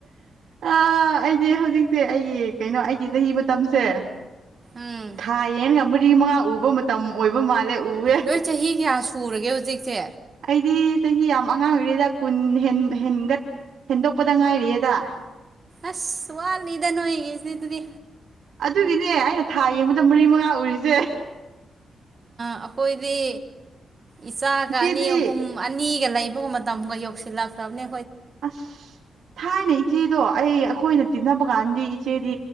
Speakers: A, on the right; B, on the right.
A: ꯑ ꯑꯩꯗꯤ ꯍꯧꯖꯤꯛꯁꯦ ꯑꯩꯒꯤ ꯀꯩꯅꯣ ꯑꯩꯒꯤ ꯆꯍꯤ ꯃꯇꯝꯁꯦ
B: ꯎꯝ
A: ꯊꯥ ꯌꯦꯟꯒ ꯃꯔꯤ ꯃꯉꯥ ꯎꯕ ꯃꯇꯝ ꯑꯣꯏꯕ ꯃꯥꯜꯂꯦ ꯎꯑꯦ
B: ꯅꯣꯏ ꯆꯍꯤ ꯀꯌꯥ ꯁꯨꯔꯒꯦ ꯍꯧꯖꯤꯛꯁꯦ
A: ꯑꯩꯗꯤ ꯆꯍꯤ ꯌꯥꯝ ꯑꯉꯥꯡ ꯑꯣꯏꯔꯦꯗ ꯀꯨꯟ ꯍꯦꯟꯒꯠ ꯍꯦꯟꯗꯣꯛꯄꯗ ꯉꯥꯏꯔꯤꯑꯦꯗ
B: ꯑꯁ ꯋꯥꯠꯂꯤꯗ ꯅ ꯑꯣꯏꯒꯦꯁꯤ ꯑꯗꯨꯗꯤ
A: ꯑꯗꯨꯒꯤꯅꯦ ꯑꯩꯅ ꯊꯥ ꯌꯦꯡꯕꯗ ꯃꯔꯤ ꯃꯉꯥ ꯎꯔꯤꯁꯦ
B: ꯑꯩꯈꯣꯏꯗꯤ ꯏꯆꯥꯒ
A: ꯏꯆꯦꯗꯤ
B: ꯑꯅꯤ ꯑꯍꯨꯝ ꯑꯅꯤꯒ ꯂꯩꯕ ꯏꯕ ꯃꯇꯝꯒ ꯌꯧꯁꯤꯜꯂꯛꯈ꯭ꯔꯕꯅꯤ
A: ꯑꯁ ꯊꯥꯏ ꯅ ꯏꯆꯦꯗꯣ ꯑꯩ ꯑꯩꯈꯣꯏꯅ ꯇꯤꯟꯅꯕ ꯀꯥꯟꯗꯤ ꯏꯆꯦꯗꯤ